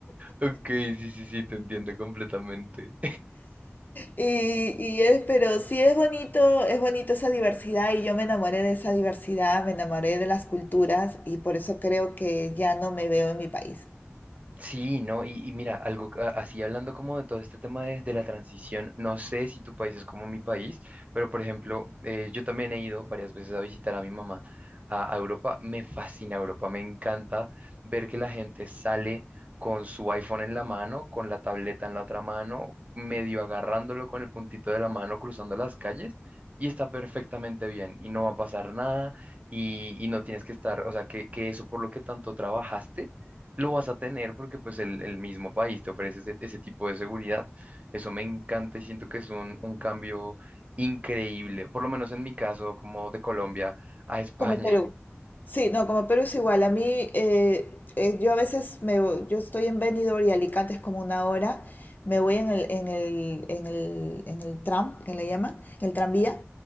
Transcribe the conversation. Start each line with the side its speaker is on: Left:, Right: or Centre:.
Right: Ok, sí, sí, sí, te entiendo completamente.
Left: Y, y es, pero sí es bonito, es bonito esa diversidad y yo me enamoré de esa diversidad, me enamoré de las culturas y por eso creo que ya no me veo en mi país.
Right: Sí, no, y, y mira, algo a- así hablando como de todo este tema de, de la transición, no sé si tu país es como mi país, pero por ejemplo, eh, yo también he ido varias veces a visitar a mi mamá a, a Europa, me fascina Europa, me encanta ver que la gente sale con su iPhone en la mano, con la tableta en la otra mano, medio agarrándolo con el puntito de la mano, cruzando las calles. Y está perfectamente bien y no va a pasar nada y, y no tienes que estar, o sea, que, que eso por lo que tanto trabajaste lo vas a tener porque pues el, el mismo país te ofrece ese, ese tipo de seguridad. Eso me encanta y siento que es un, un cambio increíble, por lo menos en mi caso, como de Colombia a <laughs> España.
Left: Como Perú. Sí, no, como Perú es igual. A mí, eh, eh, yo a veces me, vo- yo estoy en Benidorm y Alicante es como una hora. Me voy en el, en el, en el, en el tram, que le llaman, en el tranvía,